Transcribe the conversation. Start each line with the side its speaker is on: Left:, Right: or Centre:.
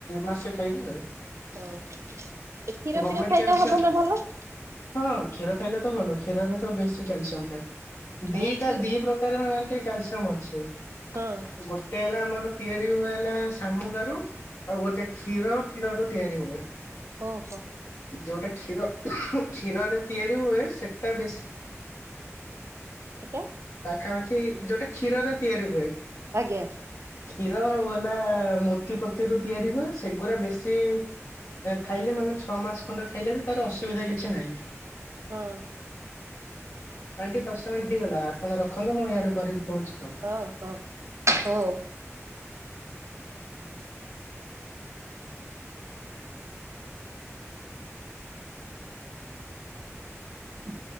Left: ମାସେ ଖାଇବେ ଆଉ।
Right: ଓହୋ ଏ କ୍ଷୀର
Left: ଗଭର୍ଣ୍ଣମେଣ୍ଟ
Right: ଫିର ଖାଇଲେ
Left: କ୍ୟାଲସିୟମ
Right: ହବ ନା ଭଲ।
Left: ହଁ କ୍ଷୀର ଖାଇଲେ ତ ଭଲ କ୍ଷୀରରେ ତ ବେଶୀ କ୍ୟାଲସିୟମ ଥାଏ। ଦିଟା
Right: ଆଉ କ୍ଷୀର
Left: ଦି ପ୍ରକାର ଏ କ୍ୟାଲସିୟମ ଅଛି।
Right: ହଁ।
Left: ଗୋଟେ ହେଲା ଆମର ତିଆରି ହୁଏ ହେଲା ଶାମୁ କାରୁ। ଆଉ ଗୋଟେ କ୍ଷୀର କ୍ଷୀର ରୁ ତିଆରି ହୁଏ।
Right: ଓହୋ।
Left: ଯେଉଁଟା କ୍ଷୀର କ୍ଷୀରରେ ତିଆରି ହୁଏ ସେଇଟା ବେଶୀ
Right: କେତେ?
Left: ପାଖାପାଖି ଯୋଉଟା କ୍ଷୀରରେ ତିଆରି ହୁଏ।
Right: ଆଜ୍ଞା।
Left: କ୍ଷୀର ହେଲା ମୋତି ପତି ରୁ ତିଆରି ହୁଏ ସେଗୁଡା ବେଶୀ ଖାଇଲେ ମାନେ ଛଅ ମାସ ଖଣ୍ଡେ ଖାଇଲେ ବି ତାର ଅସୁବିଧା କିଛି ନାହିଁ।
Right: ହଁ।
Left: ଆଣ୍ଟି ଦଶ ମିନିଟ୍ ହେଇଗଲା ଆପଣ ରଖନ୍ତୁ ମୁଁ ଇଆଡେ କରିକି କହୁଛି ଆଉ।
Right: ହଁ ହଁ ହଉ। ହୁଁ।